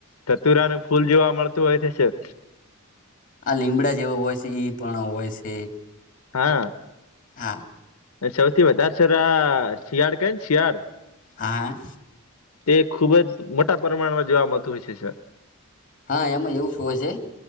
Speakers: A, on the left; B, on the left.
A: કતુરા ન ફૂલ જોવા મળતું હોય છે સર
B: આ લીમડા જેવો હોય છે પણ હોય છે.
A: હા.
B: હા.
A: સૌથી વધારે સર શિયાળ ક શિયાળ
B: હા.
A: તે ખુબ જ મોટા પ્રમાણમાં જોવા મળતું હોય છે, સર,
B: હા એમાં એવુંશ હોય છે